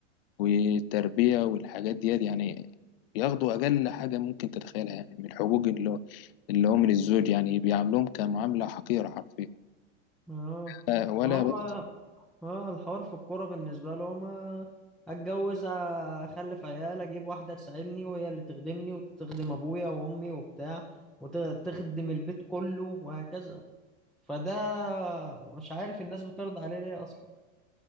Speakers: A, on the left; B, in the centre.
A: والتربية والحاجات ديت يعني بياخدوا أقل حاجة ممكن تتخيلها يعني من الحقوق اللي هو اللي هو من الزوج يعني بيعاملوهم كمعاملة حقيرة حرفيا
B: اه
A: لا- ولا
B: ما هو
A: بقى.
B: اه الحوار في الكوره بالنسبه لهم آه، اتجوز آه، اخلف عيال اجيب واحده تساعدني وهي اللي تخدمني وتخدم ابويا وامي وبتاع وتخدم البيت كله وهكذا فده مش عارف الناس بترضى عليه ليه اصلا